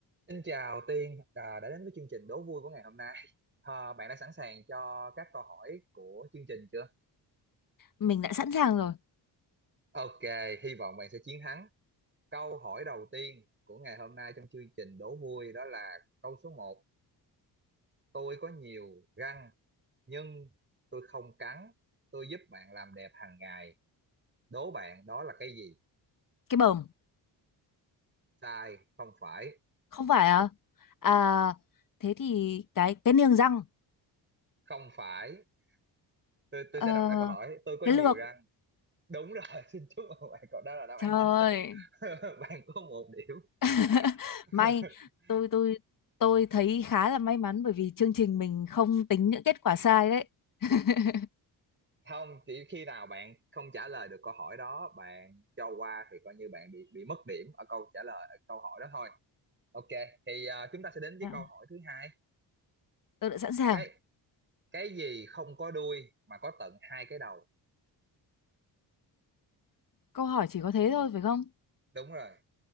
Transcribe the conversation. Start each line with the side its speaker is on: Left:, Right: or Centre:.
Right: Xin chào Tiên, à, đã đến với chương trình đố vui của ngày hôm nay. À, bạn đã sẵn sàng cho các câu hỏi của chương trình chưa?
Left: mình đã sẵn sàng rồi
Right: Ok, hy vọng bạn sẽ chiến thắng. Câu hỏi đầu tiên của ngày hôm nay trong chương trình đố vui đó là câu số một. Tôi có nhiều răng nhưng tôi không cắn. Tôi giúp bạn làm đẹp hàng ngày. Đố bạn đó là cái gì?
Left: cái bờm
Right: Sai, không phải.
Left: không phải à à thế thì cái cái niềng răng
Right: Không phải. Tôi, tôi
Left: ờ,
Right: sẽ đọc lại câu hỏi. Tôi có
Left: cái
Right: nhiều
Left: lược
Right: răng. Đúng rồi, <laughs> xin chúc mừng bạn. Cậu đó là đáp án
Left: trời ơi.
Right: chính xác. <laughs> Bạn có một điểm
Left: <laughs>
Right: <laughs>
Left: may tôi tôi tôi thấy khá là may mắn bởi vì chương trình mình không tính những kết quả sai đấy <laughs>
Right: không chỉ khi nào bạn không trả lời được câu hỏi đó bạn cho qua thì coi như bạn bị bị mất điểm ở câu trả lời ở câu hỏi đó thôi ok thì ờ, chúng ta sẽ đến với
Left: Dạ,
Right: câu hỏi thứ hai
Left: tôi đã sẵn sàng
Right: cái cái gì không có đuôi mà có tận hai cái đầu
Left: câu hỏi chỉ có thế thôi phải không
Right: đúng rồi